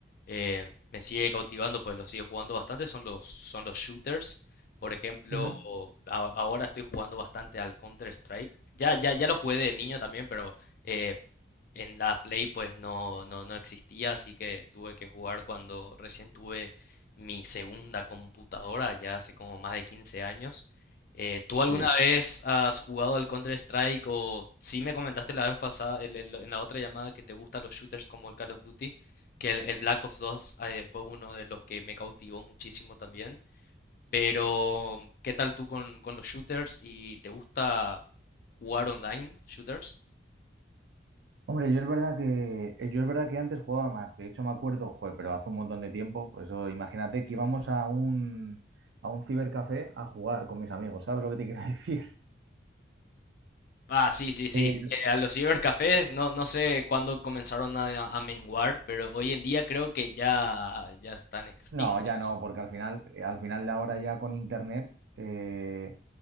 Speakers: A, on the left; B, on the right.
A: eh, me sigue cautivando, pues lo sigo jugando bastante, son los, son los shooters. Por ejemplo,
B: ujú.
A: a- ahora estoy jugando bastante al Counter-Strike. Ya, ya, ya lo jugué de niño también, pero eh, en la Play pues no, no, no existía, así que tuve que jugar cuando recién tuve mi segunda computadora, ya hace como más de 15 años. Eh, ¿tú
B: Sí.
A: alguna vez has jugado al Counter-Strike o sí me comentaste la vez pasada, el- el- en la otra llamada, que te gustan los shooters como el Call of Duty, que el, el Black Ops dos eh, fue uno de los que me cautivó muchísimo también, pero ¿qué tal tú con, con los shooters y te gusta jugar online, shooters?
B: Hombre, yo es verdad que, eh, yo es verdad que antes jugaba más. De hecho, me acuerdo, joder, pero hace un montón de tiempo. Eso, imagínate que íbamos a un, a un cibercafé a jugar con mis amigos. ¿Sabes lo que te quiero <laughs> decir?
A: Ah, sí, sí, sí.
B: Eh,
A: Eh, a los cibercafés no, no sé cuándo comenzaron a, a menguar, pero hoy en día creo que ya, ya están extintos.
B: no, ya no, porque al final, eh, al final de ahora ya con internet eh,